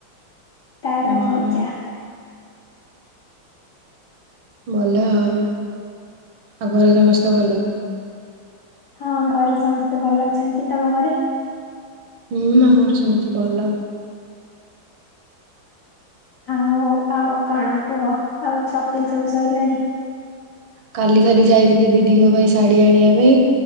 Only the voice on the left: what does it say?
ତାର
ଭଜା
ହଁ ଘରେ ସମସ୍ତେ ଭଲ ଅଛନ୍ତି। ତୋମ ଘରେ?
ଆଉ ଆଉ କଣ କୁହ? ଆଉ ସପିଙ୍ଗ ସବୁ ସଇଲାଣି?